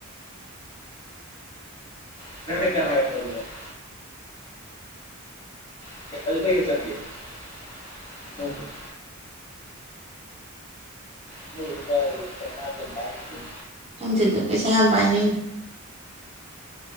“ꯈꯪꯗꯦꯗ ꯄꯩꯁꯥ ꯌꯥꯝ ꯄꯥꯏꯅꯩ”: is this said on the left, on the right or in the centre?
Right